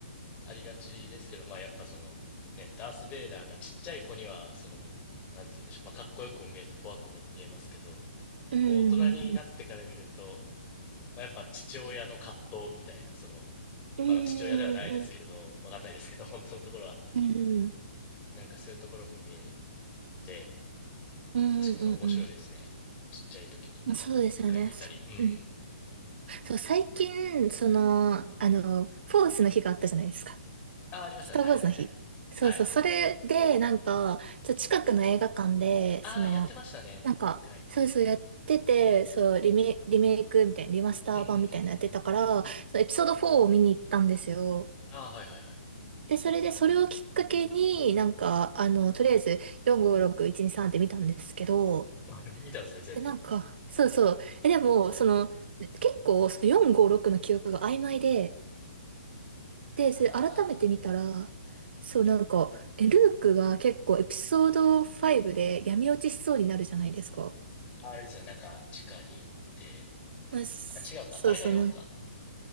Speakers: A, on the left; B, on the right.
A: ありがちですけど、まあやっぱその、ね、ダース・ベイダーがちっちゃい子には、その、なんて言うんでしょう、まあかっこよくも見えて怖くも見えますけど、
B: うん、
A: こう大人になってから見ると、まあ、やっぱ父親の葛藤みたいな、その、
B: うん、
A: まだ父親ではないですけれど、
B: うん、
A: わかんないですけど、本当のところは、
B: うん、うん、
A: なんかそういうところも見えて、
B: うん、
A: 確かに面白いですね。
B: うん、
A: ちっちゃい時に見たのもう一回見たり。
B: うんそうですよね。そう、
A: うん。
B: うん。そう、最近、その、あの、フォースの日があったじゃないですか。
A: ああ、ありましたね。
B: スター・
A: はいはいはい。
B: ウォーズの日。そうそう、
A: はい。
B: それで、なんか、ちょ、近くの映画館で、
A: ああ、
B: その、
A: やってましたね。
B: なんか、
A: もう一回。
B: そうそうやってて、そう、リメ、リメイクみたいな、リマスター版みたいなのやってたから、
A: うんうんうんうんうん。
B: そのエピソード4を見に行ったんですよ。
A: ああ、はいはいはい。
B: で、それで、それをきっかけに、なんか、あの、とりあえず、4、5、6、1、2、3って見たんですけど、
A: あでも見たんですね、全部。
B: で、なんか、そうそう、え、でも、その、結構、その4、5、6の記憶が曖昧で、で、
A: あ、
B: それ改めて見たら、
A: まあまあ、うんうんうん。
B: そうなんか、え、ルークが結構エピソード5で闇落ちしそうになるじゃないですか。
A: ああれですよね、なんか地下に行って。
B: まあ、すそうそうなん、
A: あ、違うか。あれが4か。